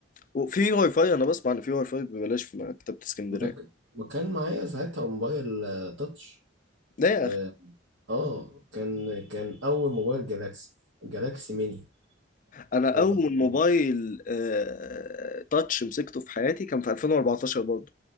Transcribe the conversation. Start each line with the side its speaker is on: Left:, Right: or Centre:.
Left: وفي واي فاي انا بسمع ان في واي فاي ببلاش في مكتبه اسكندريه
Right: ما ك- ما كان معايا ساعتها موبايل آه، تاتش
Left: ده يا
Right: اه
Left: اخي
Right: آه، كان كان اول موبايل جالاكسي جالاكسي ميني
Left: انا
Right: هو
Left: اول
Right: صغير.
Left: موبايل آه... تاتش مسكته في حياتي كان في 2014 برضه